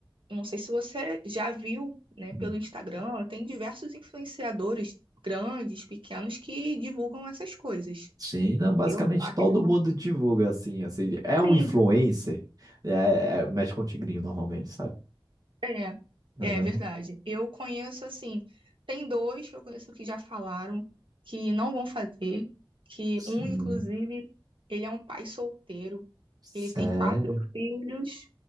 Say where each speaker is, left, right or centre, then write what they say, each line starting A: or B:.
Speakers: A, on the right (about 70°); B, on the right (about 45°).
A: não sei se você já viu, né,
B: Uhum.
A: pelo Instagram, tem diversos influenciadores grandes, pequenos que divulgam essas coisas.
B: Sim, não, basicamente
A: Eu acho
B: todo
A: que não.
B: mundo divulga assim, assim, é um
A: Sim.
B: influencer, é, é- mexe com o tigrinho normalmente, sabe?
A: É,
B: Aham.
A: é verdade. Eu conheço assim, tem dois que eu conheço que já falaram que não vão fazer, que
B: Sim.
A: um, inclusive, ele é um pai solteiro,
B: Sério?
A: ele tem quatro filhos,